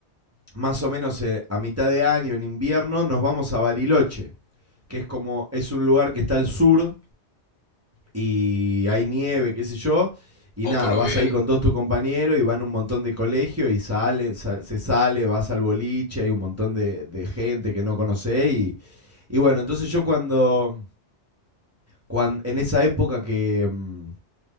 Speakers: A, on the right; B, on the left.
A: más o menos eh, a mitad de año, en invierno, nos vamos a Bariloche, que es como, es un lugar que está al sur y hay nieve, qué sé yo. Y
B: Oh,
A: nada,
B: pero
A: vas
B: bien.
A: ahí con todos tus compañeros y van un montón de colegios y sale, sa- se sale, vas al boliche, hay un montón de, de gente que no conocés. Y, y bueno, entonces yo cuando, cuan- en esa época que, mm,